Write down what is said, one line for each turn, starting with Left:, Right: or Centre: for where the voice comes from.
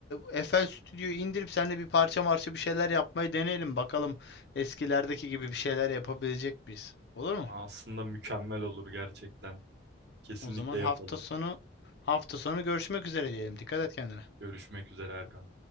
Left: e, FL Studio'yu indirip seninle bir parça marşı bir şeyler yapmayı deneyelim. Bakalım eskilerdeki gibi bir şeyler yapabilecek miyiz? Olur mu?
Right: Aa, Aslında mükemmel olur gerçekten. Kesinlikle
Left: O zaman
Right: yapalım.
Left: hafta sonu hafta sonu görüşmek üzere diyelim. Dikkat et kendine.
Right: Görüşmek üzere Erkan.